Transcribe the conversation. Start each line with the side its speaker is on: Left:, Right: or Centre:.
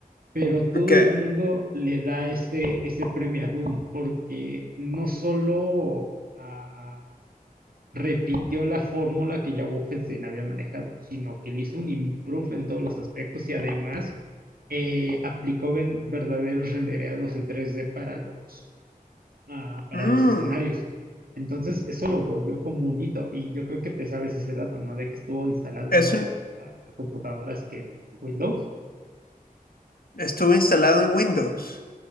Right: Pero todo
Left: ok.
Right: el mundo le da ese, ese premio a Doom porque no solo ah, repitió la fórmula que ya Wolfenstein había manejado, sino que le hizo un improve en todos los aspectos y además eh, aplicó ven- verdaderos rendereados en 3D para los, ah, para
Left: Mm,
Right: los escenarios. Entonces, eso lo volvió como un hito y yo creo que te sabes ese dato, ¿no? De que estuvo instalado
Left: es
Right: en más
Left: un-
Right: ah, computadoras que en Windows.
Left: estuvo instalado en Windows.